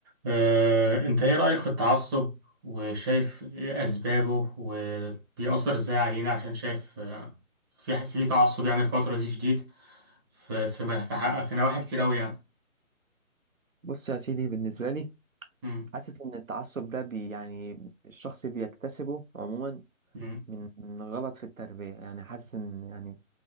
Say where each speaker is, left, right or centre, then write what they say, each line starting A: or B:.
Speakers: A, on the right; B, on the right.
A: آه، انت ايه رأيك في التعصب وشايف ايه اسبابه وبيأثر ازاي علينا عشان شايف آه، في في تعصب يعني الفترة دي شديد في في م- في, حق- في نواحي كتير قوي يعني
B: بص يا سيدي بالنسبة لي
A: امم
B: حاسس إن التعصب ده بي يعني الشخص بيكتسبه عموما
A: امم
B: من من غلط في التربية يعني حاسس إن يعني